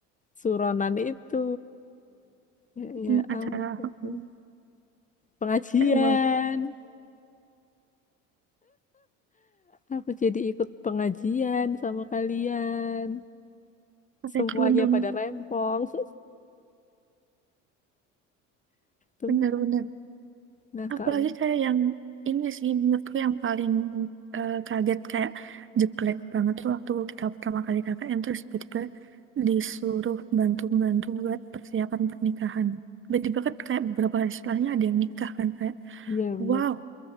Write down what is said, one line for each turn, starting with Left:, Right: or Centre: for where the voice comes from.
Left: suronan itu. Ya, ya
Right: Mm,
Left: ampun.
Right: Acara, mm.
Left: pengajian.
Right: Kayak wow,
Left: Aku jadi ikut pengajian sama kalian.
Right: pakai
Left: Semuanya
Right: kerudung,
Left: pada rempong. <laughs> Tuh.
Right: bener-bener.
Left: Nah,
Right: Apalagi
Left: Kak.
Right: kayak yang ini sih menurutku yang paling eh, kaget kayak jelek banget tuh waktu kita pertama kali KKN terus tiba-tiba disuruh bantu-bantu buat persiapan pernikahan. Tiba-tiba kan kayak beberapa hari setelahnya ada yang nikah kan kayak
Left: Iya, bener.
Right: wow